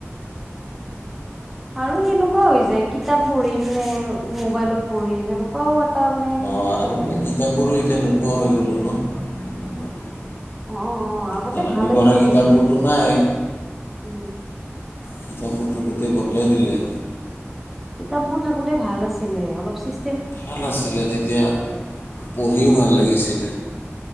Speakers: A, in the centre; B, on the left (about 50°).
A: আৰু সেনেকুৱাও হৈ যায় কিতাপ পঢ়িম নে মোবাইলত পঢ়িম এনেকোৱাও তাৰ মানে
B: অঁ আৰু মানে কিতাপবোৰো এতিয়া নোপোৱা হৈ গ'লো ন।
A: অ অ আগতে
B: এতিয়া আমি
A: ভাল
B: পঢ়া
A: আছিলে
B: কিতাপবোৰতো
A: সেইটো
B: নাই
A: উম।
B: কিতাপবোৰটো গোটেই বদলাই দিলে।
A: কিতাপবোৰ থাকোতে ভাল আছিলে অলপ চি
B: ভাল আছিলে তেতিয়া, পঢ়িও ভাল লাগিছিলে।